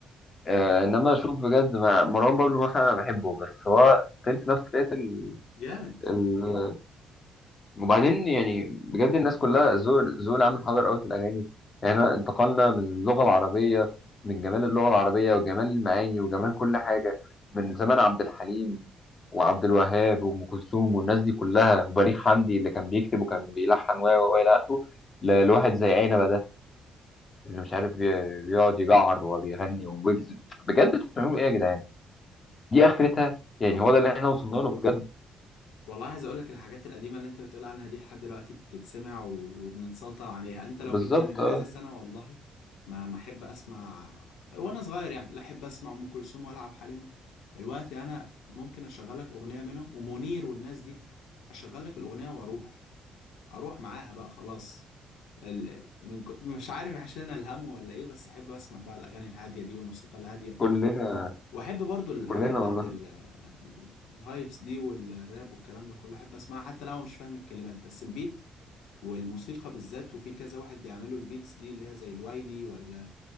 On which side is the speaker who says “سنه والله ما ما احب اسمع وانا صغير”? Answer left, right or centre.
Left